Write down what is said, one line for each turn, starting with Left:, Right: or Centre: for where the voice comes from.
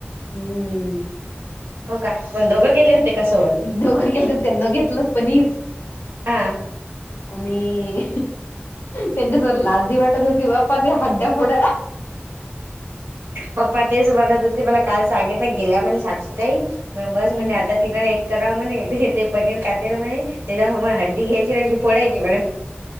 Left: हम्म.
Right: हो काण दोघं गेले होते. का सोबत
Left: दोघं घेतलं त्यांना घेतलं पनीर
Right: हा.
Left: आणि त्यांच्यासोर लाजी वाटत होती बा. प ते हडा पुोडा.
Right: पप्पा तेच म्हणत होते मला काल सांगितलं गेल्या म्हणे साक्षीताई. मेंबर्स
Left: हम्म
Right: म्हणजे आता तिनं एक. करा मणे ते पनीर खाते ना मै त्याच्यामला हंडी घ्यायची फोडायची म